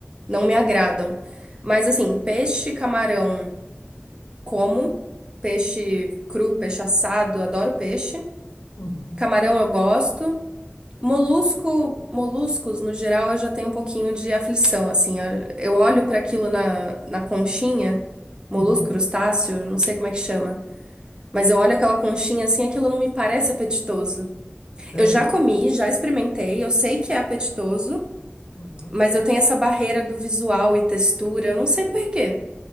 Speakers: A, on the right; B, on the left.
A: não me agradam. Mas assim, peixe, camarão, como. Peixe cru, peixe assado, adoro peixe.
B: Uhum,
A: Camarão eu gosto. Molusco, moluscos, no geral, eu já tenho um pouquinho de aflição, assim. Eu eu olho para aquilo na, na conchinha, molusco,
B: uhum.
A: crustáceo, não sei como é que chama. Mas eu olho aquela conchinha assim, aquilo não me parece apetitoso.
B: Sério?
A: Eu já
B: hein?
A: comi, já experimentei, eu sei que é apetitoso,
B: Uhum.
A: mas eu tenho essa barreira do visual e textura, eu não sei por quê.